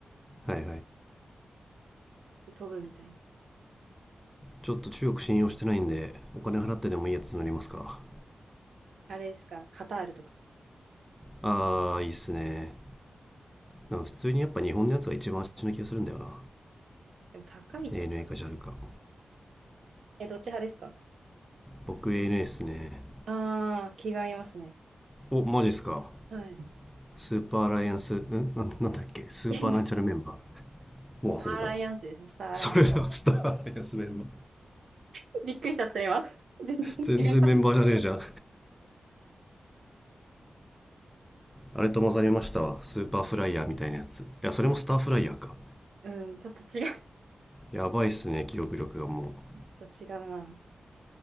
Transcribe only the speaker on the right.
で飛ぶみたいな。
あれですか、カタールとか。
でも高い。
え、どっち派ですか
ああー、気が合いますね。
はい。
<laughs> スターアライアンスですね、スターアライアンス。
<laughs> びっくりしちゃった今。全然違うかった。
うん、ちょっと違う。
ちょっと違うな。